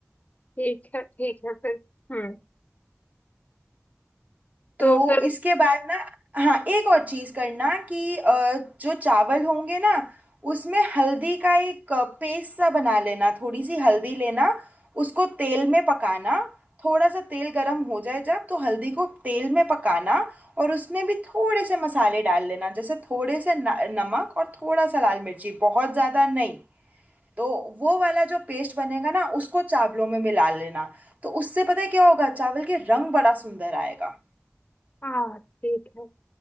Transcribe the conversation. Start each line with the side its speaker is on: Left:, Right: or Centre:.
Left: ठीक है ठीक है फिर हम्म तो
Right: तो
Left: फिर
Right: इसके बाद ना हाँ एक और चीज करना कि अ, जो चावल होंगे ना उसमें हल्दी का एक पेस्ट सा बना लेना थोड़ी सी हल्दी लेना उसको तेल में पकाना थोड़ा सा तेल गरम हो जाए जब तो हल्दी को तेल में पकाना और उसमें भी थोड़े से मसाले डाल लेना जैसे थोड़े से न, नमक और थोड़ा सा लाल मिर्ची बहुत ज़्यादा नहीं तो वो वाला जो पेस्ट बनेगा ना उसको चावलों में मिला लेना तो उससे पता है क्या होगा चावल के रंग बड़ा सुंदर आएगा
Left: हाँ ठीक है